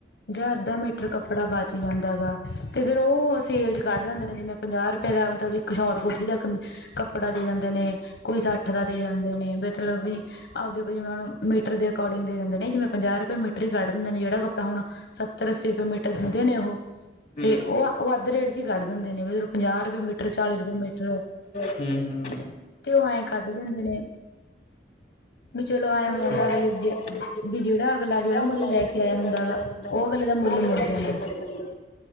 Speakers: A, on the left; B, on the left.
A: ਜਾਂ, ਅੱਧਾ ਮੀਟਰ ਕੱਪੜਾ ਬੱਚ ਜਾਂਦਾ ਗਾ। ਤੇ ਫੇਰ ਉਹ ਸੇਲ ਚ ਕੱਢ ਦਿੰਦੇ ਨੇ। ਜਿਵੇਂ ਪੰਜਾਹ ਰੁਪਏ ਦਾ ਮਤਲਬ ਇੱਕ ਸ਼ੋਟ ਕੁੁਰਤੀ ਦਾ ਕੱਪੜਾ ਦੇ ਦਿੰਦੇ ਜਾਂਦੇ ਨੇ। ਕੋਈ ਸੱਠ ਦਾ ਦੇ ਜਾਂਦੇ ਨੇ। ਮਤਲਬ ਵੀ ਆਪਦੇ ਕੋ ਮੀਟਰ ਦੇ ਅਕੋਡਿੰਗ ਦੇ ਦਿੰਦੇ ਨੇ। ਜਿਵੇਂ ਪੰਜਾਹ ਰੁਪਏ ਮੀਟਰ ਹੀ ਕੱਢ ਦਿੰਦੇ। ਜਿਹੜਾ ਕੱਪੜਾ ਹੁਣ ਸੱਤਰ ਅੱਸੀ ਰੁਪਏ ਮੀਟਰਰ ਦਿੰਦੇ ਨੇ। ਉਹ
B: ਹੂੰ,
A: ਤੇ ਉਹ ਉਹ ਅੱਧ ਰੇਟ ਚ ਹੀ ਕੱਢ ਦਿੰਦੇ ਨੇ। ਵੀ ਜਰੋਂ ਪੰਜਾਹ ਰੁਪਏ ਮੀਟਰ ਚਾਲੀ ਰੁਪਏ ਮੀਟਰ
B: ਹਮ ਹਮ।
A: ਤੇ ਉਹ ਐਏਂ ਕੱਢ ਦਿੰਦੇ ਨੇ। ਵੀ ਚਲੋ ਆਏਂ ਹੋ ਜਾਂਦਾ।
B: ਚਲੋ ਐ
A: ਅਗਲੇ
B: ਹੋ ਜਾਂਦਾ ਅਗਲੇ
A: ਵੀ ਜਿਹੜਾ ਅਗਲਾ ਜਿਹੜਾ ਮੁੱਲ
B: ਅਗਲਾ
A: ਲੈ
B: ਜਿਹੜਾ
A: ਕੇ
B: ਮੈਨੂੰ
A: ਆਇਆ ਹੁੰਦਾ
B: ਕੇ
A: ਗਾ।
B: ਆਇਆ
A: ਉਹ
B: ਵਾ
A: ਅਗਲੇ ਦਾ ਮੁੱਲ
B: ਉਹ ਅਗਲੇ
A: ਮੁੜ
B: ਦਾ
A: ਜਾਂਦਾ।
B: ਮਿਲ ਜਾਂਦਾ।